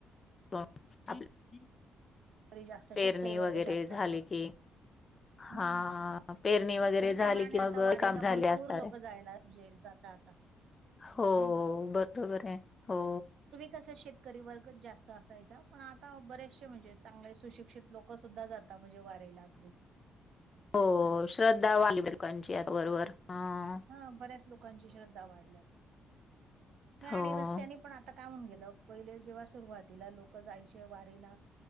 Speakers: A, on the left (about 35°); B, on the right (about 75°).
A: <unintelligible>
B: तरी जास्त
A: पेरणी
B: शेतकरी
A: वगैरे
B: वर्ग जास्त
A: झाली
B: असतो
A: की.
B: हम्म
A: हा हा. पेरणी वगैरे
B: तरी
A: झाली
B: त्या मनाने
A: की
B: आता
A: मग
B: वारीला
A: काम झाले
B: भरपूर
A: असणार
B: लोक
A: आहे.
B: जायला म्हणजे जाता आता
A: हो
B: नाही का
A: बरोबर आहे हो.
B: तस शेतकरी वर्गच जास्त असायचा पण आता बरेचसे म्हणजे चांगले सुशिक्षित लोक सुद्धा जाता म्हणजे वारीला अगदी.
A: हो
B: काय
A: श्रद्धा वाली <unintelligible> आता वरवर हा.
B: हा बऱ्याच लोकांची श्रद्धा वाढल्या, नाही
A: हो
B: आणि रस्त्याने पण आ आता काहून गेलं पहिले जेव्हा सुरुवातीला लोक जायचे वारीला.